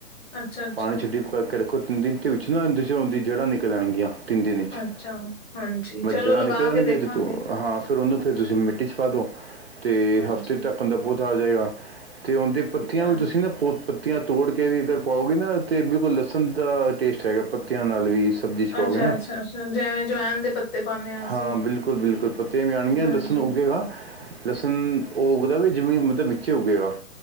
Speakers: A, on the left; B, on the right.
A: ਅੱਛਾ, ਅੱਛਾ,
B: ਪਾਣੀ 'ਚ ਡਿਪ ਕਰਕੇ ਰੱਖੋ। ਉਹ ਤਿੰਨ ਦਿਨ ' ਵਿੱਚੋਂ ਨਾ ਉਹਨਾਂ ਦੇ ਦੀ ਜੜ੍ਹਾ ਨਿਕਲ ਆਣਗੀਆਂ। ਤਿੰਨ ਦਿਨ ਚ
A: ਅੱਛਾ ਹਾਂਜੀ ਚਲੋ
B: ਜੜ੍ਹਾ
A: ਲਗਾ
B: ਨਿਕਲਣਗੀਆਂ
A: ਕੇ ਦੇਖਾਂਗੇ
B: ਅੱਜ ਤੋਂ ਹਾਂ। ਫੇਰ ਉਹਨੂੰ ਫਿਰ ਤੁਸੀਂ ਮਿੱਟੀ ਚ ਪਾ ਦੋ ਤੇ
A: ਹਾਂਜੀ।
B: ਹਫ਼ਤੇ ਤੱਕ ਦਾ ਪੌਤ ਆ ਜਾਏਗਾ ਤੇ ਉਹਦੇ ਪਤੀ
A: ਅੱਛਾ,
B: ਤੁਸੀਂ ਨਾ ਪੋ ਪੱਤੀਆਂ ਤੋੜ ਕੇ ਵੀ ਅਗਰ ਪਾਓਗੇ ਨਾ ਤਾਂ ਬਿਲਕੁਲ ਲਸਣ ਦਾ ਟੇਸਟ ਹੈਗਾ ਪੱਤਿਆਂ ਨਾਲ ਵੀ ਸਬਜ਼ੀ ਚ ਪਾਓਗੇ
A: ਅੱਛਾ,
B: ਨਾ
A: ਅੱਛਾ, ਅੱਛਾ ਜਿਵੇਂ ਜਵੈਨ ਦੇ ਪੱਤੇ ਪਾਨੇ ਅਸੀਂ
B: ਹਾਂ ਬਿਲਕੁਲ ਬਿਲਕੁਲ ਪ ਮ ਜਾਣਗੀਆਂ
A: ਹਾਂਜੀ।
B: ਲਸਣ ਉੱਗੇਗਾ ਲਸਣ ਉਗਦਾ ਵੀ ਜਮੀਨ ਮਤਲਬ ਵਿੱਚ ਉੱਗੇਗਾ